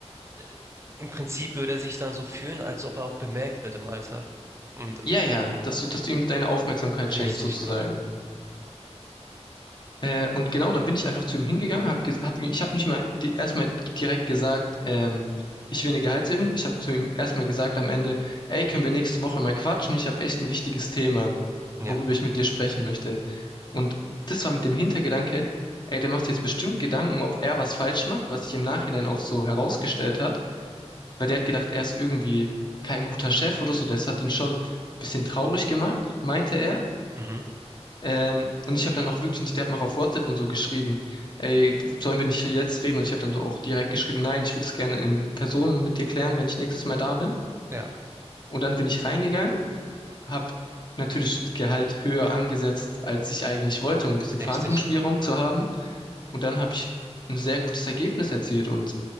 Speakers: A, on the right (about 25°); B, on the left (about 40°).
A: äh, im Prinzip würde er sich dann so fühlen, als ob er auch bemerkt wird im Alltag. Und äh,
B: Ja, ja, dass du, dass du ihm deine Aufmerksamkeit
A: richtig,
B: schenkst, sozusagen.
A: genau.
B: Äh, und genau, dann bin ich einfach zu ihm hingegangen, hab, ge- hab, ich habe nicht mal die, erstmal direkt gesagt, ähm, ich will eine Gehaltserhöhung. Ich habe zu ihm erstmal gesagt am Ende, ey, können wir nächste Woche mal quatschen? Ich habe echt ein wichtiges Thema,
A: Ja,
B: worüber ich mit dir sprechen möchte. Und das war mit dem Hintergedanke, ey, der macht jetzt bestimmt Gedanken, ob er was falsch macht, was sich im Nachhinein auch so herausgestellt hat, weil der hat gedacht, er ist irgendwie kein guter Chef oder so, das hat ihn schon ein bisschen traurig gemacht, meinte er.
A: mhm.
B: Ähm, und ich habe dann noch wirklich nicht, der hat mir auch auf WhatsApp und so geschrieben, ey, sollen wir nicht jetzt reden? Und ich habe dann so auch direkt geschrieben, nein, ich würde es gerne in Person mit dir klären, wenn ich nächstes Mal da bin.
A: Ja,
B: Und dann bin ich reingegangen, habe natürlich Gehalt höher angesetzt, als ich eigentlich wollte, um ein bisschen
A: richtig.
B: Verhandlungsspielraum zu haben. Und dann habe ich ein sehr gutes Ergebnis erzielt und